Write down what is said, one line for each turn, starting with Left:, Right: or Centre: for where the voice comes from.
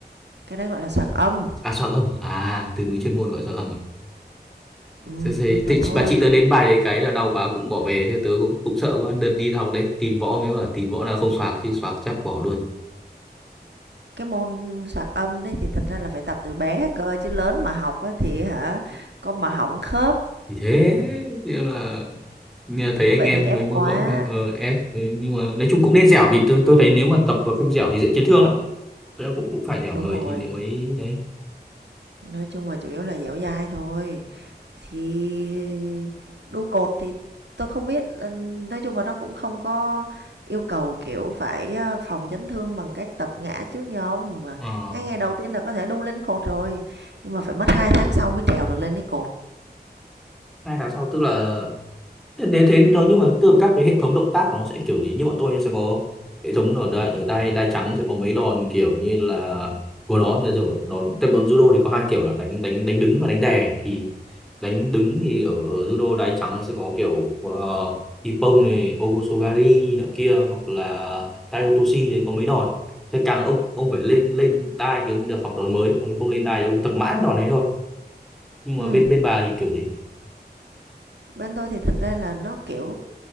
Right: cái đấy gọi là soạt âm
Centre: À soạn âm à À, từ ngữ chuyên môn gọi soạn âm à
Right: ừ,
Centre: thế, thế
Right: nhưng mà
Centre: thì
Right: thôi
Centre: chị, bà chị
Right: không
Centre: tớ đến bài đấy cái là đau quá cũng bỏ về thế tớ cũng cũng sợ quá đợt đi học đấy tìm võ mới bảo tìm võ nào không soạc chứ soạc chắc bỏ luôn
Right: cái môn soạt âm đấy thì thật ra là phải tập từ bé cơ chứ lớn mà học á thì hả con mà hỏng khớp
Centre: thì thế nhưng là nghe
Right: vậy
Centre: thấy anh em
Right: thì ép
Centre: mấy môn
Right: quá
Centre: võ kia ờ, ép ờ, nhưng mà nói chung cũng nên dẻo vì tôi tôi thấy nếu mà tập và không dẻo thì dễ chấn thương lắm tớ cũng cũng phải dẻo
Right: đúng
Centre: người
Right: rồi
Centre: thì nếu mới đấy
Right: Nói chung là chủ yếu là dẻo dai thôi. Thì đu cột thì tôi không biết, Ờ, nói chung là nó cũng không có yêu cầu, kiểu, phải, ờ, phòng chấn thương bằng cách tập ngã trước như ông, mà
Centre: Ờ,
Right: ngay ngày đầu tiên là có thể đu lên cột rồi, nhưng mà phải mất 2 tháng sau mới trèo được lên cái cột.
Centre: hai tháng sau tức là nếu thế nó nhưng mà tức là các cái hệ thống động tác của nó sẽ kiểu gì như bọn tôi nhá, sẽ có hệ thống ở đây ở đây đai trắng sẽ có mấy đòn kiểu như là của nó rồi rồi đòn tại bọn judo thì có hai kiểu là đánh đánh đánh đứng và đánh đè thì đánh đứng thì ở, ở judo đai trắng nó sẽ có kiểu ờ, ippon này ogosogari nọ kia hoặc là taiyotoshi đấy có mấy đòn sẽ càng ông ông phải lên lên đai thì ông mới được học đòn mới còn nếu không lên đai thì ông tập mãi đòn đấy thôi nhưng mà
Right: Ừm,
Centre: bên bên bà thì kiểu gì
Right: bên tôi thì thật ra là nó, kiểu